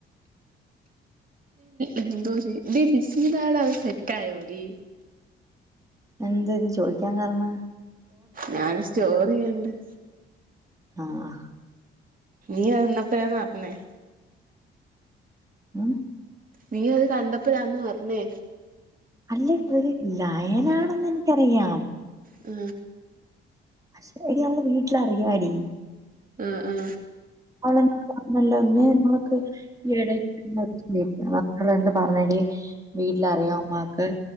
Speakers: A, on the right; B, on the right.
A: എന്തോ ചെയ ഇ ബിസ്മിതാടാത് <unintelligible> സെറ്റായോടി
B: എന്താതി ചോയ്ക്കാൻ കാര്ണം
A: ഞാൻ സ്റ്റോറിയ <inaudible>
B: ആ ആ
A: നീ വന്നപ്പോഴാണ് അറിഞ്ഞേ
B: ഉം
A: നീ അത് കണ്ടപ്പോഴാന്നോ അറിഞ്ഞേ
B: അല്ലേ വറി ലയനാണെന്ന് എനിക്കറിയാം
A: ആ
B: പക്ഷെ എടി അവൾടെ വീട്ടിൽ അറിയാംടി
A: ആ ആ
B: അവൾ പറഞ്ഞല്ലെ നമ്മക്ക് ഇടക്ക് നമ്മ പറഞ്ഞടി വീട്ടിലറിയാം ഉമാക്ക്